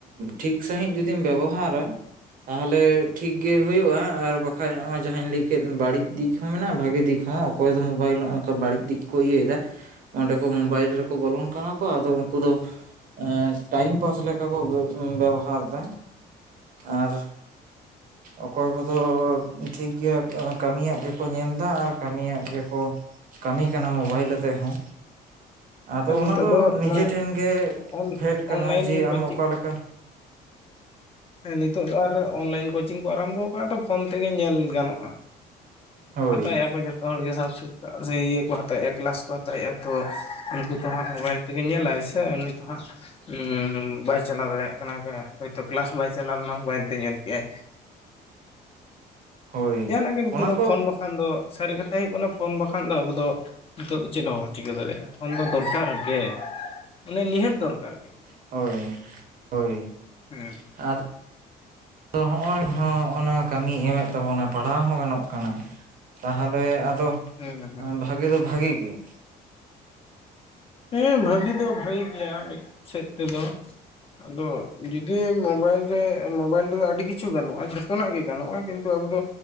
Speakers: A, on the right (about 55°); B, on the left (about 35°).
A: ᱴᱷᱤᱠ ᱥᱟᱺᱦᱤᱡ ᱡᱩᱫᱤᱢ ᱵᱮᱵᱚᱦᱟᱨᱟ᱾ ᱛᱟᱦᱚᱞᱮ ᱴᱷᱤᱠ ᱜᱮ ᱦᱩᱭᱩᱜ-ᱟ ᱟᱨ ᱵᱟᱠᱼᱼ ᱠᱷᱟᱡ ᱱᱚᱜ-ᱚᱸᱭ ᱡᱟᱦᱟᱸᱧ ᱞᱟᱹᱭ ᱠᱮᱫ ᱵᱟᱲᱤᱡ ᱫᱤᱠ ᱦᱚᱸ ᱢᱮᱱᱟᱜ-ᱟ ᱵᱷᱟᱜᱤ ᱫᱤᱠ ᱦᱚᱸ ᱚᱠᱚᱭ ᱫᱚ ᱢᱳᱵᱟᱭᱤᱞ ᱱᱚᱜ-ᱚᱝᱠᱟ ᱵᱟᱲᱤᱡ ᱫᱤᱠ ᱠᱚ ᱤᱭᱟᱹᱭ ᱫᱟ᱾ <unintelligible> ᱢᱳᱵᱟᱭᱤᱞ ᱨᱮᱠᱚ ᱵᱚᱞᱚᱱ ᱠᱟᱱᱟᱼᱼ ᱠᱚ ᱟᱫᱚ ᱩᱱᱠᱩ ᱫᱚ ᱮᱻ ᱴᱟᱭᱤᱢ ᱯᱟᱥ ᱞᱮᱠᱟ ᱠᱚ ᱵᱮᱵᱽ ᱮᱸᱜ ᱵᱮᱵᱽ ᱦᱟᱨ ᱫᱟ᱾ ᱟᱨᱼᱼ
B: <inaudible>
A: ᱚᱠᱚᱭ ᱠᱚ ᱫᱚ ᱴᱷᱤᱠ ᱜᱮᱭᱟ ᱠᱟᱹᱢᱤ ᱭᱟᱜ ᱜᱮ ᱠᱚ ᱧᱮᱞ ᱫᱟ ᱟᱨ ᱠᱟᱢᱤ ᱭᱟᱜ ᱜᱮ ᱠᱚᱼᱼ ᱠᱟᱢᱤ ᱠᱟᱱᱟ ᱢᱳᱵᱟ ᱭᱤᱞ ᱟᱛᱮ ᱦᱚᱸ᱾ ᱟᱫᱚ
B: ᱟᱨ ᱱᱤᱛᱚᱜ
A: ᱚᱱᱟ ᱫᱚ ᱱᱤᱡᱮ
B: ᱢᱟᱱᱮ
A: ᱴᱷᱮᱱ ᱜᱮ
B: ᱚᱱ
A: ᱯᱷᱮᱰ ᱠᱟᱱᱟ
B: ᱚᱱᱞᱟᱭᱤᱱ
A: ᱡᱮ
B: ᱠᱳᱪᱤᱝ
A: ᱟᱢ ᱚᱠᱟ ᱞᱮᱠᱟᱼᱼ
B: ᱦᱮᱸ ᱱᱤᱛᱚᱜ ᱫᱚ ᱟᱨ ᱚᱱ ᱞᱟᱭᱤᱱ ᱠᱳᱪᱤᱝ ᱠᱚ ᱟᱨᱟᱢ ᱵᱚ ᱠᱟᱱᱟ ᱛᱚ ᱯᱷᱳᱱ ᱛᱮ ᱜᱮ ᱧᱮᱞ ᱜᱟᱱᱚᱜ-ᱟ᱾
A: ᱦᱳᱭ
B: ᱦᱟᱛᱟᱭ ᱮᱜ-ᱟ ᱠᱚ ᱡᱚᱛᱼᱼ ᱡᱷᱚᱛᱚ ᱦᱚᱲ ᱜᱮ ᱥᱟᱵ ᱥᱮ ᱪᱟᱜ ᱥᱮ ᱤᱭᱟᱹ ᱠᱚ ᱦᱟᱛᱟᱣ ᱮᱜ-ᱟ ᱠᱮᱞᱟᱥ ᱠᱚ ᱦᱟᱛᱟᱣ ᱮᱜ-ᱟ ᱛᱚ ᱩᱱᱠᱩ ᱠᱚ ᱦᱟᱸᱜ ᱢᱚᱵᱟ ᱭᱤᱞᱼᱼ ᱛᱮ ᱜᱮ ᱧᱮᱞ ᱟᱭ ᱥᱮ ᱩᱱᱤ ᱛᱚ ᱦᱟᱸᱜ ᱩᱸᱻ ᱵᱟᱭ ᱪᱟᱞᱟᱣ ᱫᱟᱲᱮ ᱭᱟᱜ ᱠᱟᱱᱟ ᱦᱳᱭ ᱛᱚ ᱠᱮᱞᱟᱥᱼᱼ ᱵᱟᱭ ᱪᱟᱞᱟᱣ ᱞᱮᱱᱟ ᱢᱚᱵᱟᱭᱤᱞ‌ ᱛᱮ ᱧᱮᱞ ᱠᱮᱜ-ᱟᱭ᱾
A: ᱦᱳᱭ
B: ᱡᱟᱦᱟᱸ ᱱᱟᱜ ᱜᱮ ᱱᱤᱛᱚᱜ
A: ᱚᱱᱟ
B: ᱫᱚ
A: ᱠᱚ
B: ᱯᱷᱳᱱ ᱵᱟ ᱠᱷᱟᱱ ᱫᱚ ᱥᱟᱹᱨᱤ ᱠᱟᱛᱷᱟ ᱦᱩᱭᱩᱜ ᱠᱟᱱᱟ ᱯᱷᱳᱱ ᱵᱟ ᱠᱷᱟᱱ ᱫᱚ ᱟᱵᱚ ᱫᱚᱼᱼ ᱱᱤᱛᱚᱜ ᱫᱚ ᱪᱮᱫ ᱦᱚᱸ ᱵᱟᱵᱚᱱ ᱪᱤᱠᱟᱹ ᱫᱟᱲᱮ ᱭᱟᱜ-ᱟ ᱯᱷᱳᱱ ᱫᱚ ᱫᱚᱨ ᱠᱟᱨ ᱜᱮ ᱢᱟᱱᱮ ᱱᱤᱦᱟᱹᱛ ᱫᱚᱨ ᱠᱟᱨ ᱜᱮ᱾
A: ᱦᱳᱭ ᱦᱳᱭ
B: ᱦᱮᱸ
A: ᱟᱫᱚᱼᱼ ᱟᱫᱚ ᱦᱚᱸᱜ-ᱚᱭ ᱦᱚᱸᱜ-ᱚᱸ ᱱᱚᱶᱟ ᱠᱟᱢᱤᱭ ᱮᱢᱮᱜ ᱛᱟᱵᱚ ᱱᱟ ᱯᱟᱲᱦᱟᱣ ᱦᱚᱸ ᱜᱟᱱᱚᱜ ᱠᱟᱱᱟ᱾ ᱛᱟᱦᱞᱮ ᱟᱫᱚ
B: ᱦᱮᱸ ᱦᱮᱸ
A: ᱮᱻ ᱵᱷᱟᱜᱮ ᱫᱚ ᱵᱷᱟᱜᱮ ᱜᱮ ᱾
B: ᱦᱮᱸ ᱵᱷᱟᱹᱜᱤ ᱫᱚ ᱵᱷᱟᱜᱤ ᱜᱮᱭᱟ ᱢᱤᱫ ᱥᱮᱫ ᱛᱮ ᱫᱚ᱾ ᱟᱫᱚ ᱡᱩᱫᱤ ᱢᱳᱵᱟᱭᱤᱞ ᱨᱮ ᱢᱚᱵᱟᱭᱤᱞ ᱨᱮ ᱫᱚ ᱟᱹᱰᱤ ᱠᱤᱪᱷᱩ ᱜᱟᱱᱚᱜ-ᱟ ᱡᱷᱚᱛᱚ ᱱᱟᱜ ᱜᱮ᱾ ᱜᱟᱱᱚᱜ-ᱟ ᱠᱤᱱᱛᱩ ᱟᱹᱵᱩ ᱫᱚ